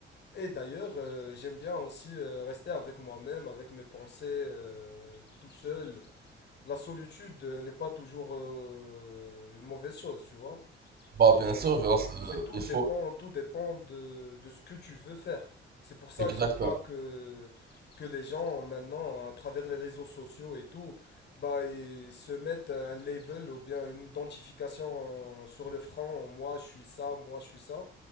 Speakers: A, on the left (about 60°); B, on the right (about 50°).
A: Et d'ailleurs, euh, j'aime bien aussi euh, rester avec moi-même, avec mes pensées, euh, tout seul. La solitude euh, n'est pas toujours euh, une mauvaise chose, tu vois.
B: Bah, bien
A: Euh,
B: sûr, grâce,
A: c'est
B: euh,
A: tout
B: il faut,
A: dépend, tout dépend de, de ce que tu veux faire. C'est pour ça
B: exactement.
A: que j'aime pas que, que les gens maintenant, à travers les réseaux sociaux et tout, bah, ils se mettent un label ou bien une identification sur le front. Moi, je suis ça, moi, je suis ça.